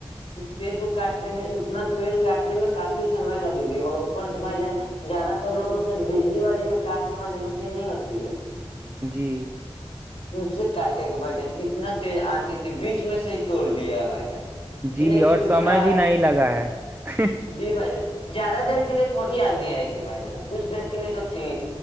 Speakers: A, on the left (about 65°); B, on the right (about 20°).
A: اس پیڑ کو کاٹنے میں اتنا پیڑ کاٹنے میں کافی سمے لگے گی اور اوپر سے بھائی جان زیادہ تر لوگوں سے بجلی والی جو کاٹنے والی مشین نہیں ہوتی ہے
B: جی
A: ان سے کاٹ بھائی جان اتنا تیز آندی تھی بیچ میں سے ہی توڑ دیا ہے بھائی جان
B: جی
A: یہ نہیں کہ
B: اور
A: اکھڑا
B: سمے بھی
A: ہے
B: نہیں لگا ہے
A: جی بھائی جان زیادہ دیر کے لی تھوڑی آندی آئی بھائی جان کچھ دیر کے نہیں تو تھی